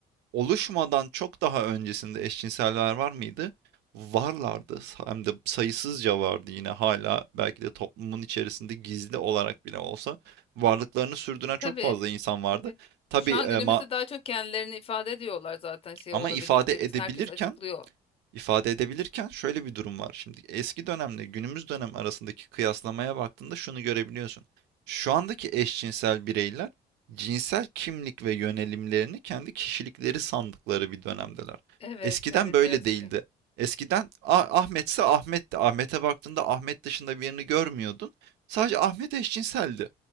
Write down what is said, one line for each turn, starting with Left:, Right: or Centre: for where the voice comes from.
Right: oluşmadan çok daha öncesinde eşcinseller var mıydı? Varlardı. Hem de sayısızca vardı yine hala belki de toplumun içerisinde gizli olarak bile olsa varlıklarını sürdüren çok
Left: Tabii.
Right: fazla insan vardı.
Left: Tabii.
Right: Tabii
Left: Şu
Right: e,
Left: an günümüzde
Right: ma-
Left: daha çok kendilerini ifade ediyorlar zaten şey
Right: ama
Left: olabildikleri
Right: ifade edebilirken,
Left: için. Herkes açıklıyor.
Right: ifade edebilirken şöyle bir durum var. Şimdi eski dönemle günümüz dönem arasındaki kıyaslamaya baktığında şunu görebiliyorsun. Şu andaki eşcinsel bireyler cinsel kimlik ve yönelimlerini kendi kişilikleri sandıkları bir dönemdeler.
Left: Evet,
Right: Eskiden
Left: evet
Right: böyle
Left: ne yazık
Right: değildi.
Left: ki.
Right: Eskiden "Ah- Ahmetse Ahmet'ti. Ahmet'e baktığında Ahmet dışında birini görmüyordun. Sadece Ahmet eşcinseldi.